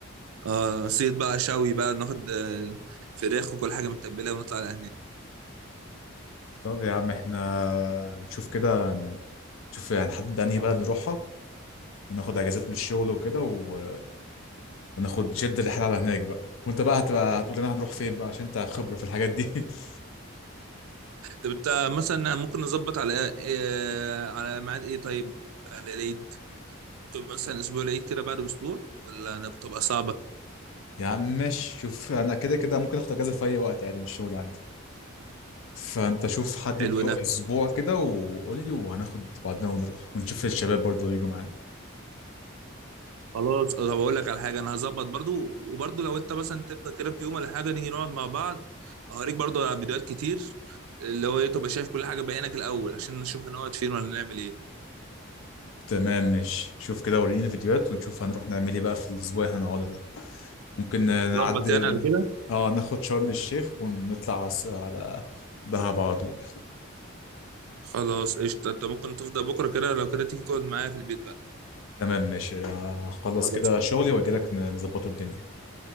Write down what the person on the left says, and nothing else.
طب يا عم احنا نشوف كده نشوف يعني نحدد انهي بلد نروحها وناخد اجازات من الشغل وكده و... وناخد نشد الرحله على هناك بقى وانت بقى هتبقى هتقول لنا هنروح فين بقى عشان انت خبره في الحاجات دي <laughs>
يا عم ماشي شوف انا كده كده ممكن اخد اجازه في اي وقت عادي من الشغل عندي فانت شوف حدد
يو
اسبوع كده وقول لي وهناخد بعضنا ونروح ونشوف الشباب برضه يجوا معانا
تمام ماشي شوف كده وريني الفيديوهات ونشوف هنروح نعمل ايه بقى في الاسبوع اللي هنقعده ده ممكن طب
نعدي
حلو
اه ناخد شرم الشيخ ونطلع عس- على دهب على طول
تمام ماشي هخلص
كده شغلي واجي لك نظبطه الدنيا